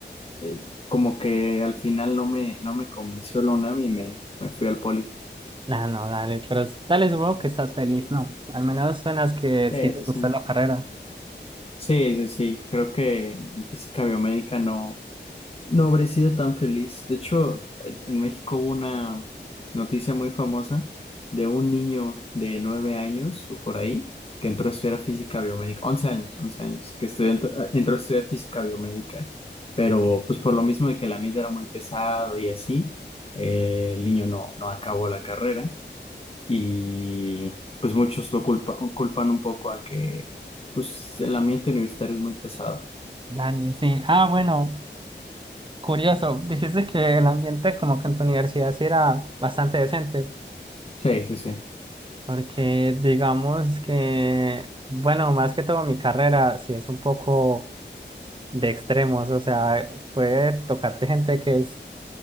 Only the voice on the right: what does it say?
No, no, dale, pero s- dale, supongo que estás feliz, ¿no? Al menos suenas que
sí te
gustó
la carrera.
Dale, sí. Ah, bueno. Curioso, dijiste que el ambiente como que en tu universidad sí era bastante decente,
porque digamos que, bueno, más que todo mi carrera sí es un poco de extremos, o sea, puede tocarte gente que es